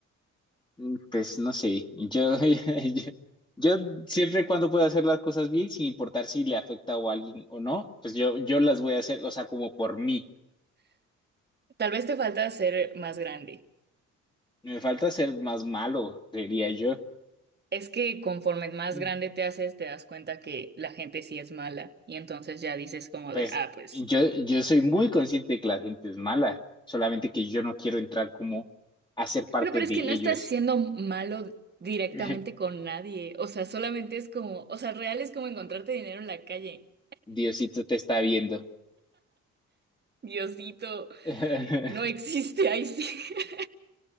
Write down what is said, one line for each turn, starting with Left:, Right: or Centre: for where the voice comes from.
Left: Mm, Pues no sé, yo, <laughs> yo, yo siempre cuando puedo hacer las cosas bien, sin importar si le afecta a alguien o no, pues yo, yo las voy a hacer, o sea, como por mí.
Right: Tal vez te falta ser más grande.
Left: Me falta ser más malo, diría yo.
Right: Es que conforme más
Left: Mm,
Right: grande te haces, te das cuenta que la gente sí es mala y entonces ya dices como
Left: Pues
Right: de, ah, pues...
Left: yo, yo soy muy consciente de que la gente es mala, solamente que yo no quiero entrar como a ser parte
Right: Bueno, pero
Left: de
Right: es que
Left: ellos.
Right: no estás siendo malo directamente
Left: <laughs>
Right: con nadie. O sea, solamente es como, o sea, real es como encontrarte dinero en la calle.
Left: Diosito te está viendo.
Right: Diosito,
Left: <laughs>
Right: no existe ahí sí. <laughs>